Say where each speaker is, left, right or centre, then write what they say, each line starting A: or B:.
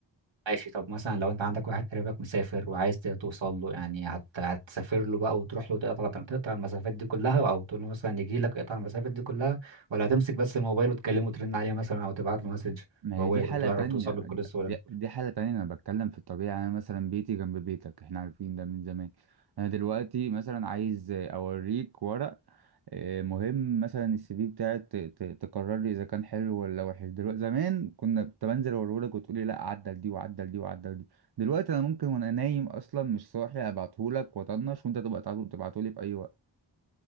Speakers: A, on the right; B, on the right.
A: ماشي طب مثلا لو انت عندك واحد قريبك مسافر وعايز ت- توصل له يعني هت... هتسافر له بقى وتروح له تقطع تقطع المسافات دي كلها او تقول له مثلا يجي لك يقطع المسافات دي كلها ولا هتمسك بس الموبايل وتكلمه وترن عليه مثلا او تبعت له مسج
B: ما
A: وهو
B: هي دي حالة
A: وتعرف
B: تانية
A: توصل له بكل سهوله
B: دي, دي حالة تانية أنا بتكلم في الطبيعة أنا مثلا بيتي جنب بيتك إحنا عارفين ده من زمان أنا دلوقتي مثلا عايز أوريك ورق آه، مهم مثلا السي في بتاعك ت- ت- تقرر لي إذا كان حلو ولا وحش دلوقتي زمان كنا كنت بنزل أوريهولك وتقولي لأ عدل دي وعدل دي وعدل دي دلوقتي أنا ممكن وأنا نايم أصلا مش صاحي أبعتهولك وأطنش وأنت تبقى تبعته- تبعتهولي في أي وقت